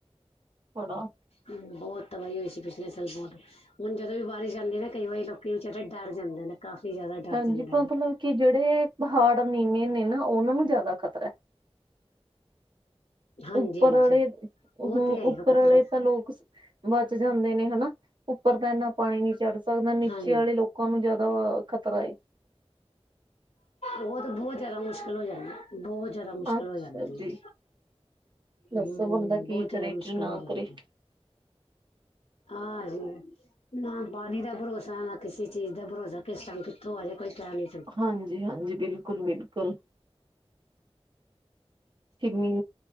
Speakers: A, on the right; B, on the left.
A: ਹੋਣਾਾ <unintelligible>
B: ਬਹੁਤ ਤਬਾਹੀ ਹੋਈ ਸੀ ਪਿਛਲੇ ਸਾਲ ਬੋਤ। ਹੁਣ ਜਦੋਂ ਵੀ ਬਾਰਿਸ਼ ਆਂਦੀ ਨਾ ਕਈ ਵਾਰੀ ਲੋਕੀ ਵਿਚਾਰੇ ਡਰ ਜਾਂਦੇ ਨੇ। ਕਾਫੀ ਜ਼ਿਆਦਾ ਡਰ
A: ਹਾਂਜੀ
B: ਜਾਂਦੇ
A: ਮਤਲਬ
B: ਨੇ
A: ਕਿ ਜਿਹੜੇ ਪਹਾੜ ਨੀਵੇੇ ਨੇ ਨਾ ਉਹਨਾਂ ਨੂੰ ਜ਼ਿਆਦਾ ਖ਼ਤਰੈ।
B: ਹਾਂਜੀ
A: ਉੱਪਰ
B: ਹਾਂਜੀ
A: ਆਲੇ
B: ਉਹ
A: ਹੁੰ
B: ਤੇ ਹੈ ਹੀ
A: ਉੱਪਰ
B: ਖਤਰਾ
A: ਵਾਲੇ ਤਾਂ ਲੋਕ ਬਚ ਜਾਂਦੇ ਨੇ ਹਨਾ ਉੱਪਰ ਤਾਂ ਇੰਨਾ ਪਾਣੀ ਨੀ ਚੜ ਸਕਦਾ ਨੀਚੇ
B: ਹਾਂਜੀ
A: ਵਾਲੇ ਲੋਕ ਲੋਕਾਂ ਨੂੰ ਜਿਆਦਾ ਖ਼ਤਰਾ ਏ, <unintelligible>
B: ਉਹ ਤਾਂ ਬਹੁਤ ਜਿਆਦਾ ਮੁਸ਼ਕਿਲ ਹੋ ਜਾਂਦਾ ਬਹੁਤ ਜਿਆਦਾ ਮੁਸ਼ਕਿਲ
A: ਅੱਛਾ
B: ਹੋ ਜਾਂਦੀ।
A: ਜੀ ਦੱਸੋ
B: ਹਮ
A: ਬੰਦਾ ਕੀ
B: ਬਹੁਤ ਜਿਆਦਾ
A: ਕਰੇ
B: ਮੁਸ਼ਕਿਲ
A: ਕੀ ਨਾ
B: ਹੋ ਜਾਂਦੀ।
A: ਕਰੇ।
B: ਹਾਂਜੀ ਨਾ ਪਾਣੀ ਦਾ ਭਰੋਸਾ ਨਾ ਕਿਸੇ ਚੀਜ਼ ਦਾ ਭਰੋਸਾ। ਕਿਸ ਟਾਈਮ ਕਿੱਥੋਂ ਆਜੇ ਕੋਈ ਟੈਮ ਨੀ,
A: ਹਾਂਜੀ-ਹਾਂਜੀ ਬਿਲਕੁਲ-ਬਿਲਕੁਲ, ਕਿੰਨੀ